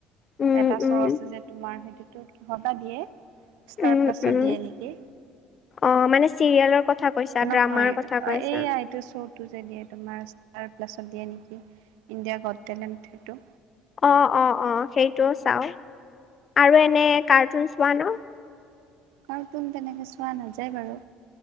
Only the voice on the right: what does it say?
এটা
শ্ব' আছে যে তোমাৰ সেইটোতো কিহত বা দিয়ে, ষ্টাৰ
প্লাছত
দিয়ে নেকি!
নহয়,
এইয়া এইটো শ্ব টো যে দিয়ে তোমাৰ ষ্টাৰ প্লাছত দিয়ে নেকি, ইণ্ডিয়াজ গট টেলেণ্ট সেইটো
কাৰ্টুন তেনেকে চোৱা নাযায় বাৰু,